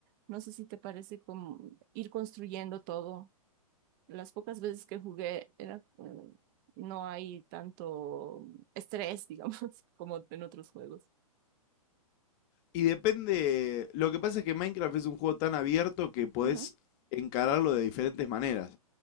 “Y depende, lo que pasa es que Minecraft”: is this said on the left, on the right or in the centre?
Left